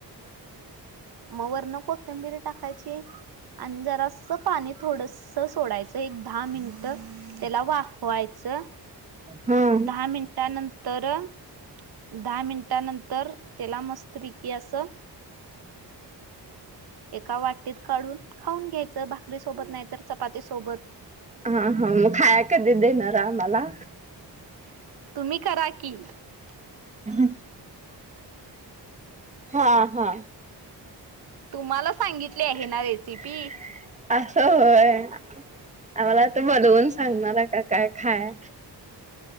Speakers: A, on the right; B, on the right.
A: मग वर न कोथंबिर टाकायची ई आणि जरा अस पाणी थोडस सोडायचं एक दहा मिनिट त्याला वाफवायचं
B: हा हा.
A: दहा मिनिटानंतर तर दहा मिनिटानंतर त्याला मस्त पिकी असं एका वाटीत काढून, खाऊन घ्यायचं, भाकरी सोबत नाहीतर चपाती सोबत.
B: मग खाया <unintelligible>
A: <unintelligible> <inaudible>
B: हं, हा, हा.
A: तुम्हाला सांगितले आहे. ना
B: <unintelligible>
A: रेसिपी
B: आम्हाला ते बनवून सांगणार आहे का, काय खाया?